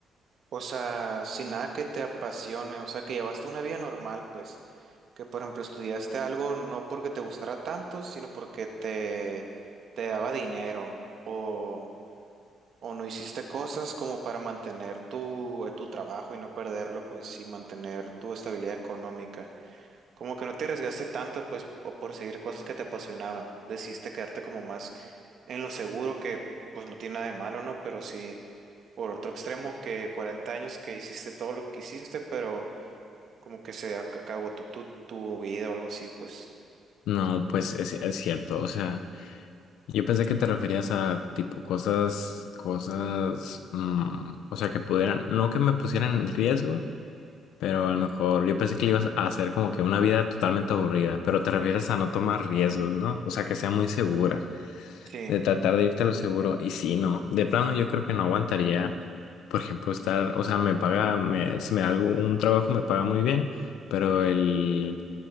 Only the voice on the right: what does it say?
O sea, sin nada que te apasione, o sea, que llevaste una vida normal, pues, que por ejemplo estudiaste algo no porque te gustara tanto, sino porque te, te daba dinero o O no hiciste cosas como para mantener tu, eh, tu trabajo y no perderlo, pues, y mantener tu estabilidad económica. Como que no te arriesgaste tanto, pues, o por seguir cosas que te apasionaban. Decidiste quedarte como más en lo seguro, que pues no tiene nada de malo, ¿no? Pero sí, por otro extremo, que 40 años que hiciste todo lo que quisiste, pero como que se ac- acabó tu, tu, tu vida o algo así, pues.
Sí.